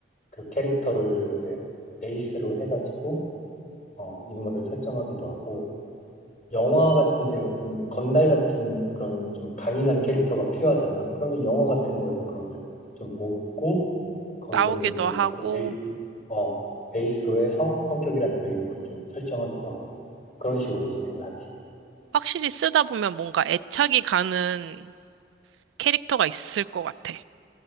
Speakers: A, on the left; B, on the right.
A: 그 캐릭터를 이제 베이스로 해가지고 어, 인물을 설정하기도 하고 영화 같은데 무슨 건달 같은 그런 좀 강인한 캐릭터가 필요하잖아. 그러면 영화 같은 거에서 그런 걸 좀 보고 거기서
B: 나오기도
A: 이제 또
B: 하고,
A: 그걸 베이스로 어, 베이스로 해서 성격이라든가 이런 걸 좀 설정하기도 하고 그런 식으로 진행을 하지.
B: 확실히 쓰다 보면 뭔가 애착이 가는 캐릭터가 있을 것 같아.